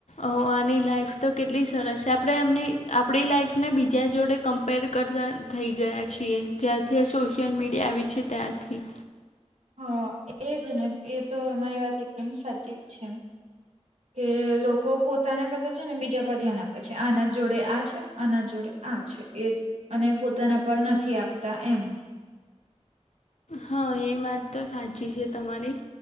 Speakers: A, on the left; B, on the right.
A: ઓ આની લાઈફ તો કેટલી સરસ છે, આપડે એમની આપડી લાઈફને બીજા જોડે કમ્પેર કરતા થઈ ગયા છીએ, જ્યારથી આ સોશિયલ મીડિયા આવી છે ત્યારથી
B: હન, એ જ ને એ તો અમારી વાત એકદમ સાચી જ છે. કે લોકો પોતાના કરતા છે ને બીજા પર ધ્યાન આપે છે, આના જોડે આ છે, આના જોડે આ છે એ અને પોતાના પર નથી આપતા એમ.
A: હન, એ વાત તો સાચી છે તમારી.